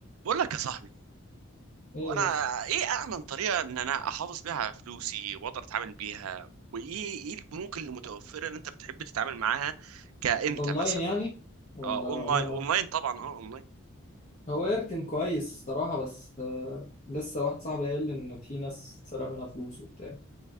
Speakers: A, on the right; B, on the left.
A: بقول لك يا صاحبي
B: ايه
A: وانا
B: بس
A: ايه امن طريقه ان انا احافظ بيها على فلوسي واقدر اتعامل بيها وايه ايه البنوك اللي متوفره اللي انت بتحب تتعامل معاها كانت
B: اونلاين
A: مثلا
B: يعني ولا
A: اه اونلاين
B: عموما
A: اونلاين طبعا اه اونلاين
B: هو ايرتن كويس صراحة بس آه لسه واحد صاحبي قال لي ان في ناس سرق منها فلوس وبتاع